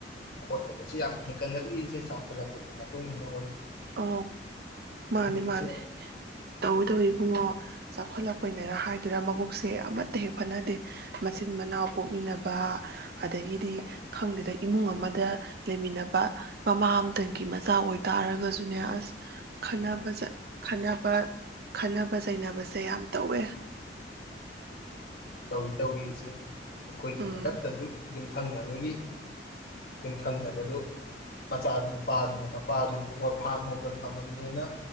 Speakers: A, on the left (about 60°); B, on the right (about 60°).
A: ꯈꯣꯠꯇꯕꯁꯦ ꯌꯥꯝ ꯍꯦꯟꯒꯠꯂꯛꯂꯤ ꯏꯆꯦ ꯆꯥꯎꯈꯠꯂꯛꯄꯒꯤ ꯃꯇꯨꯡ ꯏ ꯃꯇꯨꯡꯏꯟꯅ
B: ꯑ ꯃꯥꯅꯦ -ꯃꯥꯅꯤ
A: ꯏꯆꯦ
B: ꯇꯧꯋꯤ- ꯇꯧꯋꯤ꯫ ꯏꯕꯨꯡꯉꯣ ꯆꯥꯎꯈꯠꯂꯛꯄꯅꯤꯅ ꯍꯥꯏꯗꯨꯔꯥ ꯃꯕꯨꯛꯁꯦ ꯑꯃꯠꯇ ꯍꯦꯛ ꯐꯅꯗꯦ ꯃꯆꯤꯟ ꯃꯅꯥꯎ ꯄꯣꯛꯃꯤꯟꯅꯕ ꯑꯗꯒꯤꯗꯤ ꯈꯪꯗꯦꯗ ꯏꯃꯨꯡ ꯑꯃꯗ ꯂꯩꯃꯤꯟꯅꯕ ꯃꯃꯥ ꯑꯃꯇꯪꯒꯤ ꯃꯆꯥ ꯑꯣꯏꯇꯥꯔꯒꯁꯨ ꯑꯗꯨꯅꯦ ꯑꯁ ꯈ ꯈꯠꯕ - ꯈꯠꯕ ꯆꯩꯅꯕꯁꯦ ꯌꯥꯝ ꯇꯧꯋꯦ꯫
A: ꯇꯧꯏꯤ- ꯇꯧꯏꯤ ꯏꯆꯦ꯫ ꯑꯩꯈꯣꯏꯒꯤ
B: ꯎꯝ
A: ꯍꯟꯗꯛꯇꯁꯨ ꯌꯨꯝꯊꯪꯅꯕꯒꯤ ꯌꯨꯝꯊꯪꯅꯕꯗꯨ ꯃꯆꯥ ꯅꯨꯄꯥꯗꯨꯅ ꯃꯄꯥꯗꯨꯕꯨ ꯑꯣꯔꯐꯥꯝ ꯍꯣꯝꯗ ꯊꯝꯃꯝꯃꯦꯅ